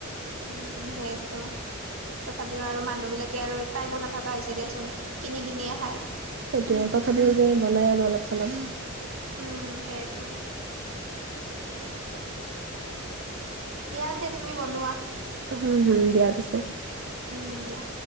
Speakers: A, on the right; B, on the right.
A: উম সেইটো। তথাপিও আৰু মানুহ বিলাকে আৰু টাইমো নথকা হৈছে দিয়াচোন কিনি কিনিয়ে খাই।
B: সেইটোৱে তথাপিও যে বনাই আৰু অলপ চলপ।
A: উম সেইটো তাকে। দিয়া তে তুমি বনোৱা।
B: হুম হুম দিয়া পিছে।
A: উম দিয়া।